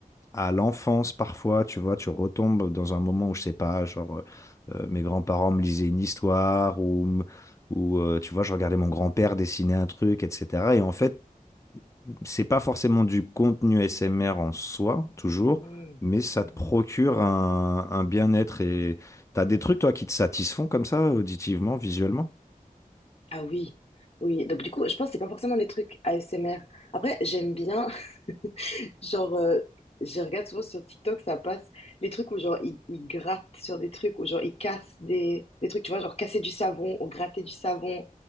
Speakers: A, on the left; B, on the left.
A: à l'enfance parfois, tu vois, tu retombes dans un moment où, je sais pas, genre euh, mes grands-parents me lisaient une histoire ou, ou euh, tu vois, je regardais mon grand-père dessiner un truc, etc. Et en fait, c'est pas forcément du contenu SMR en soi, toujours,
B: mhm,
A: mais ça
B: mhm.
A: te procure un, un bien-être. Et t'as des trucs, toi, qui te satisfont comme ça, auditivement, visuellement?
B: Ah oui, oui. Donc du coup, je pense que c'est pas forcément des trucs ASMR. Après, j'aime bien, <laughs> genre, euh, je regarde souvent sur TikTok, ça passe les trucs où genre ils, ils grattent sur des trucs, où genre ils cassent des, des trucs, tu vois, genre casser du savon ou gratter du savon,